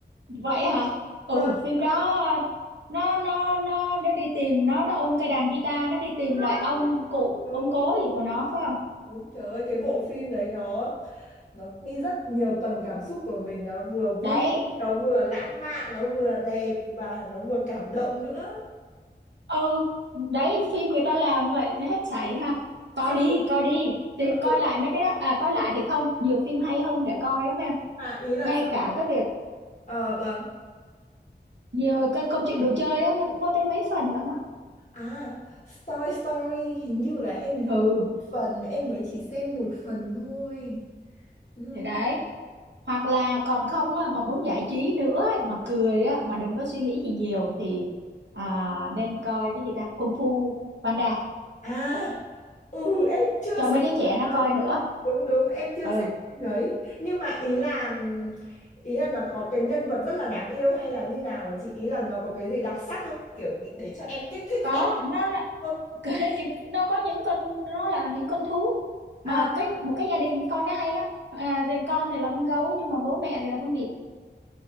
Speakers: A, on the right (about 75°); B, on the left (about 40°).
A: vậy hả
B: Vâng.
A: ừ phim đó nó nó nó nó đi tìm nó nó ôm cây đàn guitar nó đi tìm
B: Đâu đâu
A: lại ông
B: đâu đâu.
A: cụ
B: Đúng.
A: ông cố gì của nó phải không
B: Đúng. Trời ơi cái bộ phim đấy nó nó đi rất nhiều tầng cảm xúc của mình nó vừa vui
A: đấy
B: nó vừa lãng mạn nó vừa đẹp và nó vừa cảm động nữa
A: ừ đấy phim người ta làm vậy hết sảy ha coi
B: xong
A: đi coi đi tìm
B: ờ, ờ,
A: coi
B: ờ.
A: lại mấy cái đó à coi lại
B: ừ,
A: thì không nhiều phim hay hơn để coi lắm em
B: à, ý là
A: ngay
B: xong
A: cả cái việc
B: ờ vâng
A: nhiều cái câu chuyện đồ chơi á nó cũng có tới mấy phần lận á
B: à Toy Story hình như là em nhớ
A: ừ
B: phần em mới chỉ xem một phần thôi ừ.
A: thì đấy hoặc là còn không á mà muốn giải trí nữa ấy, mà cười á mà đừng có suy nghĩ gì nhiều thì à, nên coi cái gì ta Kung Fu Panda
B: à ừ em chưa
A: cho
B: xem
A: mấy đứa trẻ nó coi nữa
B: đúng đúng em chưa
A: ừ
B: xem phim đấy nhưng mà ý là ý là nó có cái nhân vật rất là đáng yêu hay là như nào ạ chị ý là nó có cái gì đặc sắc không kiểu nghĩ- để cho em kích thích
A: có
B: em
A: nó là
B: hơn
A: <laughs> cái, cái- nó có những con nó là những con thú mà
B: à,
A: cái một cái gia đình con nó hay lắm à, thì con thì là con gấu nhưng mà bố mẹ thì là con vịt